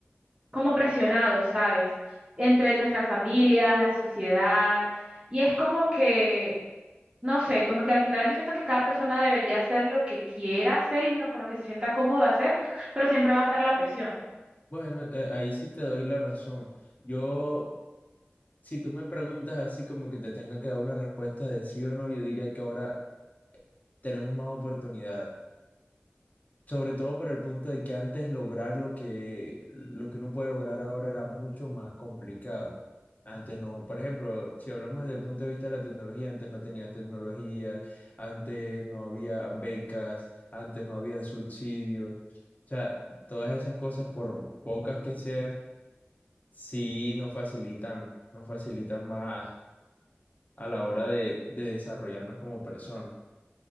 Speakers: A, on the right (about 25°); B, on the left (about 40°).
A: como presionados, ¿sabes? Entre nuestras familias, la sociedad, y es como que no sé, como que al final yo siento que cada persona debería hacer lo que quiera hacer y lo, con lo que se sienta cómodo hacer, pero siempre va a estar la presión.
B: Bueno, eh, ahí sí te doy la razón. Yo, si tú me preguntas así como que te tenga que dar una respuesta de sí o no, yo diría que ahora tenemos más oportunidades. Sobre todo por el punto de que antes lograr lo que, lo que uno puede lograr ahora era mucho más complicado. Antes no, por ejemplo, si hablamos desde el punto de vista de la tecnología, antes no tenías tecnología, antes no había becas, antes no habían subsidios. O sea, todas esas cosas, por pocas que sean Sí, nos facilitan, nos facilitan más a la hora de, de desarrollarnos como personas.